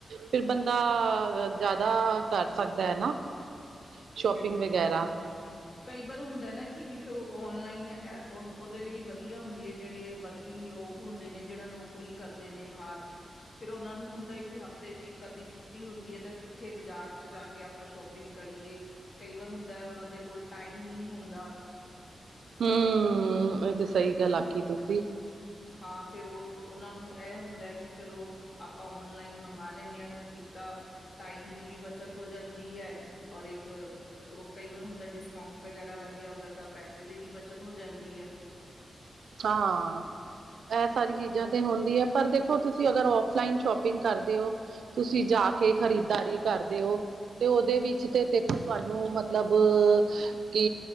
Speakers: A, on the right (about 85°); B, on the left (about 50°).
A: ਫਿਰ ਬੰਦਾ ਜ਼ਿਆਦਾ ਕਰ ਸਕਦਾ ਏ ਨਾ। ਸ਼ੋਪਿੰਗ
B: ਬਿਲਕੁਲ
A: ਵਗੈਰਾ
B: ਬਿਲਕੁਲ। ਕਈ ਵਾਰ ਹੁੰਦਾ ਏ ਨਾ ਕਿ ਦੇਖੋ ਉਹ ਔਨਲਾਈਨ ੲੈ ੳ ਉਹਦੇ ਲਈ ਵਧੀਆ ਹੁੰਦੀ ਏ ਜਿਹੜੇ ਵਰਕ ਕਿੰਗ ਲੋਕ ਹੁੰਦੇ ਨੇ ਜਿਹੜਾ ਨੌਕਰੀ ਕਰਦੇ ਨੇ ਬਾਹਰ। ਫੇਰ ਉਹਨਾ ਨੂੰ ਹੁੰਦਾ ਏ, ਕਿ ਹਫ਼ਤੇ 'ਚ ਇੱਕ ਅੱਧੀ ਛੁੱਟੀ ਹੁੰਦੀ ਏ ਤਾਂ ਕਿੱਥੇ ਬਾਜ਼ਾਰ 'ਚ ਜਾ ਕੇ ਅ। ਆਪਾਂ ਸ਼ੋਪਿੰਗ ਕਰੀਏ। ਕਈ ਵਾਰ ਹੁੰਦਾ ਉਹਨਾਂ ਦੇ ਕੋਲ ਟਾਈਮ ਨਹੀਂ ਹੁੰਦਾ।
A: ਹੂੰ! ਇਹ ਤੇ ਸਹੀ ਗੱਲ ਆਖੀ ਤੁਸੀਂ।
B: ਹਾਂ ਫੇਰ ਉਹ ਉਹਨਾਂ ਨੂੰ ਇਹ ਹੁੰਦਾ ਏ ਕਿ ਚਲੋ। ਆਪਾਂ ਔਨਲਾਈਨ ਮੰਗਵਾ ਲੈਂਨੇ ਆਂ, ਅਗਰ ਇੱਕ ਤਾਂ ਟਾਈਮ ਦੀ ਵੀ ਬੱਚਤ ਹੋ ਜਾਂਦੀ ੲੈ। ਔਰ ਇੱਕ ਉਹ ਕਈ ਵਾਰ ਹੁੰਦਾ ਡਿਸਕਾਊਂਟ ਵਗੈਰਾ ਲੱਗਿਆ ਹੁੰਦਾ ਤਾਂ, ਪੈਸੇ ਦੀ ਵੀ ਬਚਤ ਹੋ ਜਾਂਦੀ ਏ।
A: ਹਾਂ। ਐ ਸਾਰੀ ਚੀਜ਼ਾਂ ਤੇ ਹੁੰਦੀ ਏ। ਪਰ ਦੇਖੋ ਤੁਸੀਂ ਅਗਰ ਔਫਲਾਈਨ ਸ਼ੋਪਿੰਗ ਕਰਦੇ ਉ ਤੁਸੀਂ ਜਾ ਕੇ ਖਰੀਦਦਾਰੀ ਕਰਦੇ ਉ ਤੇ ਉਹਦੇ ਵਿੱਚ ਤੇ ਦੇਖੋ ਤੁਹਾਨੂੰ ਮਤਲਬ ਕਿ